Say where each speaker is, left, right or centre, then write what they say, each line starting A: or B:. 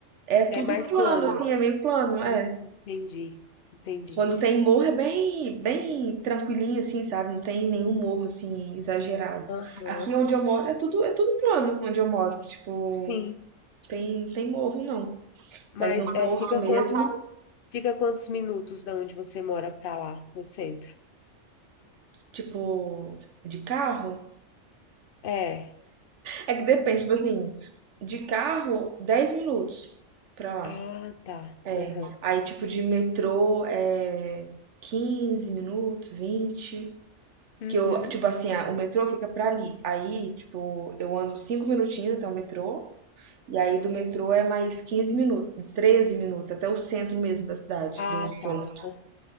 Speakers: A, on the right; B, on the left.
A: é tudo
B: É mais
A: plano,
B: plano.
A: assim, é meio plano, é.
B: Hum, Entendi, entendi.
A: Quando tem morro é bem, bem tranquilinho, assim, sabe? Não tem nenhum morro, assim, exagerado.
B: Aham.
A: Aqui onde eu moro é tudo, é tudo plano, onde eu moro. Tipo,
B: Sim,
A: tem, tem morro, não.
B: mas
A: Mas no Porto
B: é, fica
A: mesmo,
B: quantos, fica quantos minutos da onde você mora para lá, no centro?
A: tipo, de carro,
B: É.
A: É que depende, tipo assim, de carro, 10 minutos pra lá.
B: Ah, tá.
A: É.
B: Aham.
A: Aí, tipo, de metrô é 15 minutos, vinte
B: Uhum.
A: Que eu, tipo assim, ah, o metrô fica pra ali. Aí, tipo, eu ando 5 minutinhos até o metrô. E aí do metrô é mais 15 minutos, 13 minutos, até o centro mesmo da cidade,
B: Ah,
A: do
B: tá.
A: ponto.
B: Aham.